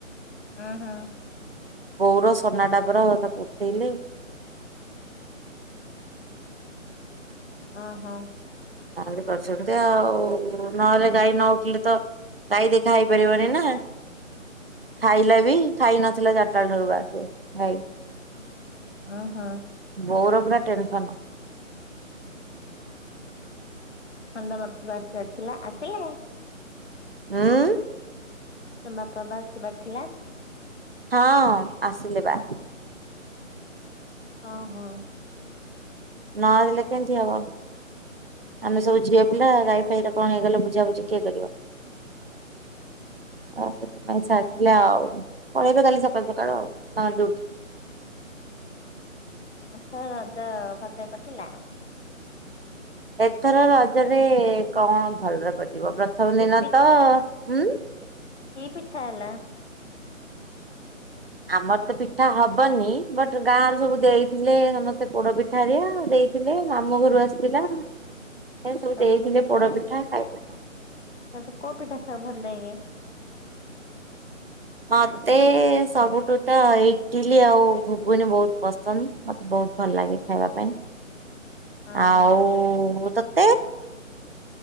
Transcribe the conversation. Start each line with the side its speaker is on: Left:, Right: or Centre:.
Left: ହଁ ହଁ।
Right: ବଉର ସୋନା ଟା ପରା ତାକୁ ଉଠେଇଲେ।
Left: ଅଁ ହଁ।
Right: ତା ମାନେ ତ କରିଛନ୍ତି ଆଉ ନହେଲେ ଗାଈ ନ ଉଠିଲେ ତ ତାଇଁ ଦେଖା ହେଇପାରିବନି ନା? ଖାଇଲା ବି ଖାଇ ନଥିଲା ଚାଟାଳୁ ଠାରୁ ବା ସେ ଭାଇ।
Left: ଉଁ ହଁ।
Right: ବୋଉର ପୁରା ଟେନ୍ସନ।
Left: ହନ୍ଦ ମା ପୁଅ ଆସିବାର ଥିଲା ଆସିଲେଣି?
Right: ଉଁ?
Left: ନମ୍ ବାଫା ବା ଆସିବାର୍ ଥିଲା?
Right: ହଁ ଆସିଲେ ବା।
Left: ହଁ ହଁ।
Right: ନ ଆସିଲେ କେମ୍ତି ହବ। ଆମେ ସବୁ ଝିଅ ପିଲା ଗାଈ ଫାଇ ର କଣ ହେଇଗଲେ ବୁଝାବୁଝି କିଏ କରିବ। ହଁ ସେଥିପାଇଁ ଛାଡ଼ିଥିଲା ଆଉ ପଳେଇବେ କାଲି ସକାଳୁ ସକାଳୁ ଆଉ ତାଙ୍କ ଡିଉଠ୍।
Left: ଏଁଥର ରଜ ଭଲରେ କଟିଲା?
Right: ଏଥର ରଜରେ କଣ ଭଲରେ କଟିବ ପ୍ରଥମ
Left: କି
Right: ଦିନ
Left: ପି
Right: ତ ହୁଁ।
Left: କି ପିଠା ହେଲା?
Right: ଆମର ତ ପିଠା ହବନି ବଟ୍ ଗାଁରୁ ସବୁ ଦେଇଥିଲେ ସମସ୍ତେ ପୋଡ଼ ପିଠ୍ ଠାରିଆ ଦେଇଥିଲେ ମାମୁ ଘରୁ ଆସିଥିଲା। ଏଁସ୍ ସବୁ
Left: ତମକୁ
Right: ଦେଇଥିଲେ ପୋଡ଼ପିଠା ଖାଇ ପି
Left: ତତେ କୋଉ ପିଟା ଖାଇ ଭଲ୍ ଲାଗେ?
Right: ମତେ ସବୁଟୁ ତ ଇଟିଲି ଆଉ ଘୁଗୁନି ବହୁତ୍ ପସନ୍ଦ ମତେ ବହୁତ୍ ଭଲା ଲାଗେ ଖାଇବା ପାଇଁ
Left: ହଁ
Right: ଆଉ ତତ୍